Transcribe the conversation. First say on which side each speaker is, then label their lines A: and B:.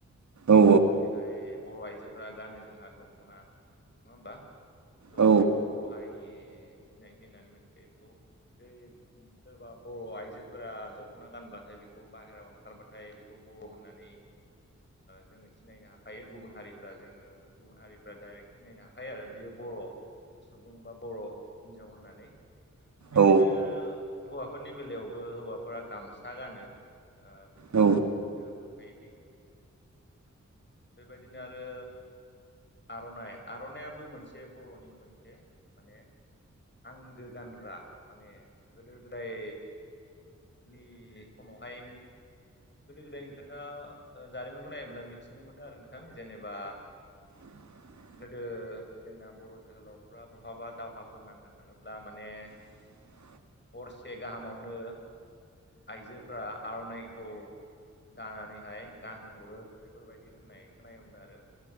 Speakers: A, on the right; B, on the left.
A: औ
B: जेरैहाय बर' आइजोफोरा गानो जोंहा दखना नङा होनबा दख'नायाथ
A: औ
B: बर' हारिनि सिनायथि होननानै मिथिखायो बेखौ जै सोरबा बर' आइजोफोरा दख'ना गानब्ला नाथाय बेखौ बाहेरायाव ओंखारबाथाय बेखौ बर' होननानै जोङो सिनायनो हायो गुबुन हारिफ्रा जोङो गुबुन हारिफ्रा डाइरेक्ट सिनायनो हाखायो आरो बियो बर' सुबुं बा बर' हिन्जाव होननानै बिदिनो
A: औ
B: आरो हौवाफोरनि बेलायावबो हौवाफोरा गामसा गानो बेफोरखौ
A: औ
B: जोङो मोनखायोदि बेबायदिनो आरो आरनाइ आरनायाबो मोनसे बर'नि मोनसे माने आंगो गानग्रा माने गोदो गोदाय नि समावहाय गोदो गोदायनि खोथा जारिमिनखौ नायोब्ला मिथिनो मोनो आरो नोंथां जेनेबा
A: <inaudible>
B: गोदो जोंना बर' जोहोलावफ्रा बहाबा दावहाफोर नांनो थाङोब्ला माने
A: <inaudible>
B: हरसे गाहामावनो आइजोफोरा आरनाइखौ दानानैहाय गानहो हरो बेफोरबायदि होननाय खोनोमोन आरो